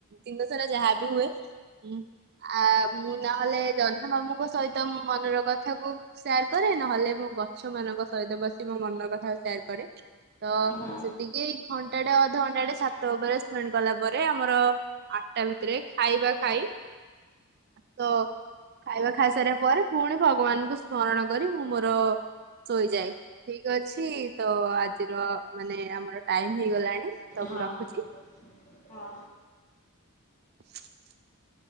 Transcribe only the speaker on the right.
ଦିନସାରା ଯାହାବି ହୁଏ। ହୁଁ, ଆ ମୁଁ ନହେଲେ ଜହ୍ନ ମାମୁଙ୍କ ସହିତ ମୋ ମନର କଥା କୁ ସେୟାର କରେ, ନହେଲେ ମୁଁ ଗଛ ମାନଙ୍କ ସହିତ ବସି ମୋ ମନର କଥା ସେୟାର କରେ। ତ
ଟିକେ ଘଣ୍ଟାଟେ ଅଧଘଣ୍ଟାଟେ ଛାତ ଉପରେ ସ୍ପେଣ୍ଡ କଲା ପରେ ଆମର ଆଟ୍ଟା ଭିତରେ ଖାଇବା ଖାଇ ତ ଖାଇବା ଖାଇସାରିବା ପରେ, ପୁଣି ଭଗବାନଙ୍କୁ ସ୍ମରଣ କରି ମୁଁ ମୋର ଶୋଇଯାଏ। ଠିକ୍ ଅଛି ତ ଆଜିର ମାନେ ଆମର ଟାଇମ୍ ହେଇଗଲାଣି। ତ
ମୁଁ ରଖୁଛି।
<inaudible>